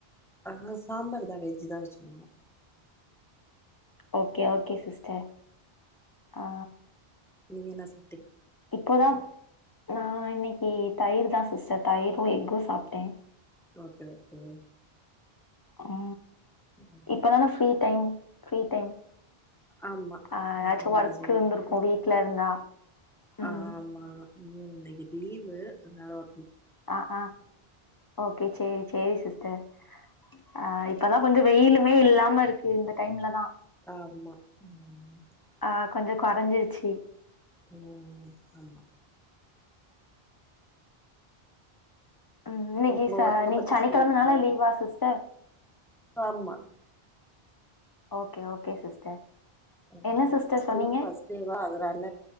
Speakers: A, in the centre; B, on the left.
A: ஆ சாம்பார்தா வெஜ்ஜ்தா வச்சினோ
B: ஓகே ஓகே சிஸ்டர் ஆ
A: நீங்க என்னா சா
B: இப்பதாப் நா இன்னிக்கு தயிர் தா சிஸ்டர் தயிரு எஃகு சாப்டே
A: ஓகே ஓகே
B: ஆ
A: ம்
B: இப்பதான ஃப்ரீ டைம் ப்ரீ டைம்
A: ஆமா
B: ஆ ஏதாச்சு
A: நீங்க சொ
B: இருந்திருக்கு
A: ஒர்க் ஒரு
B: வீட்ல இருந்தா ம்
A: ஆ ஆமா ம் நகி லீவு நல ஒர்க்
B: ஆ ஆ ஓகே சேரி சேரி சிஸ் டர், ஆ இப்பதா கொஞ்ச வெயிலுமே இல்லாம இருக்கு இந்த டைம்லதா
A: ஆமா ம்
B: ஆ கொஞ்சோ கொறஞ்சிருச்சு
A: சரி ம் ஆமா
B: ம் இன்னிக்கி
A: உங்க
B: சனி,
A: ஒர்க்க பத்தி
B: சனிக்கெழமனால
A: சொல்லுங்க
B: லீவா சிஸ்டர்
A: ஆமா
B: ஓகே ஓகே சிஸ்டர்
A: ம்
B: என்ன சிஸ்டர்
A: ஸ்கூல்
B: சொன்னீங்க
A: பர்ஸ்ட் டேவா அதனால